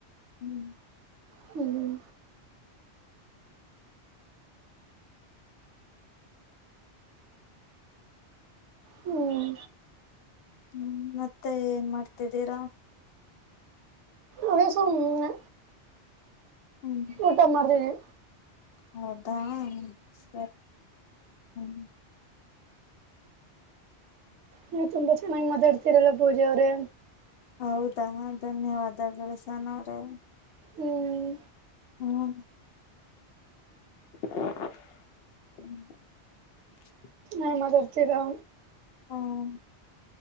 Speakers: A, on the left; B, on the right.
A: ಹ್ಮ್.
B: ಹ್ಮ್. ಹ್ಮ್
A: ಹ್ಮ್ ಮತ್ತೆ ಏನ್ ಮಾಡ್ತಿದ್ದೀರಾ.
B: ಅದೇ ಸುಮ್ನೆ
A: ಹ್ಮ್.
B: ಊಟ ಮಾಡ್ತಿದ್ದೀವಿ.
A: ಹ್ಮ್. ಹಾ ಸರಿ. ಹ್ಮ್.
B: ನೀವ್ ತುಂಬಾ ಚೆನ್ನಾಗ್ ಮಾತಾಡ್ತಿರಲ್ಲ ಪೂಜಾ ಅವ್ರೆ.
A: ಹೌದಾ ಧನ್ಯವಾದಗಳು ಸಹನ ಅವ್ರೆ.
B: ಹ್ಮ್
A: ಹ್ಮ್. <unintelligible> ಹ್ಮ್.
B: ನ್ನಾಗ್ ಮಾತಾಡ್ತೀರಾ.
A: ಹ್ಮ್